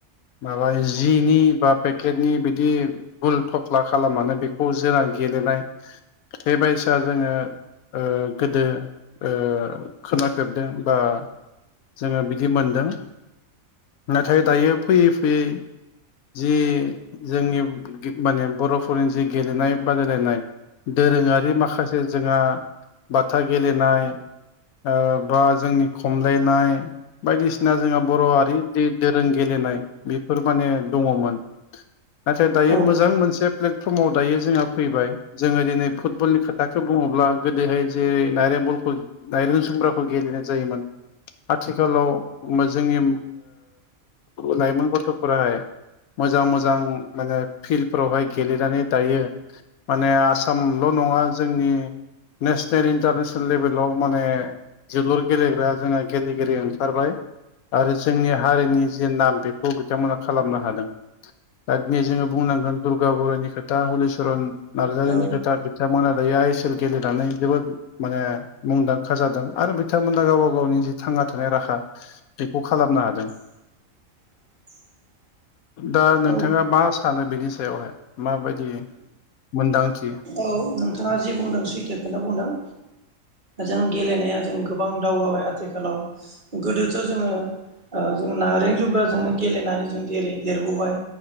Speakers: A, on the left (about 85°); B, on the right (about 35°).
A: माबा जि जिनि बा पेकेटनि बिदि गुल थफ्ला खालामनानै बेखौ जोंना गेलेनाय बेबायायसा जोङो ओ गोदो ओ खोनाखेरदों बा जोङो बिदि मोनदों नाथाय दायो फैयै फैयै जि जोंनि माने बर'फोरनि जि गेलेनाय बादायलायनाय दोरोङारि माखासे जोंहा बाथा गेलेनाय ओ बा जोंनि खमलायनाय बायदिसिना जोंहा बर' हारि दोरों गेले नाय बेफोर माने दङमोन नाथाय दायो
B: औ
A: मोजां मोनसे समाव दायो जोंहा फैबाय जोङो दिनै फुटबलनि खोथाखौ बुङोब्ला गोदोहाय जेरै नारेंबल दायर जुमब्राखौ गेलेनाय जायोमोन आथिखालाव जोंनि ओ लाइमोन गथ'फोराय मोजां मोजां माने फिल्डफोरावहाय गेलेनानै दायो माने आसाम ल' नङा जोंनि नेसनेल इन्टारनेसनेल लेभेलाव माने जोलुर गेलेग्रा जोंहा गेलेगिरि ओंखारबाय आरो जोंनि हारिनि जे नाम बेखौ बिथांमोना खालामनो हादों दा दिनै जोङो बुंनांगोन दुर्गा बर'नि खोथा हलिचरन नार्जारिनि
B: औ
A: खोथा बिथांमोना आइ एस एल गेलेनानै जोबोद माने मुंदांखा जादों आरो बिथांमोना गावबा गावनि जि थां ना थानाय राहा बेखौ खालामनो हादों
B: <inaudible>
A: दा नोंथाङा
B: औ
A: मा सानो बेनि सायावहाय? माबायदि मोनदांथि
B: औ नोंथाङा जि बुंदों सैथोखौनो बुंदों। जों गेलेनाया जों गोबां दावगाबाय आथिखालाव गोदोथ' जोङो ओ जों नारें जुब्राजोंनो गेलेनानै जों देरै देरबोबाय।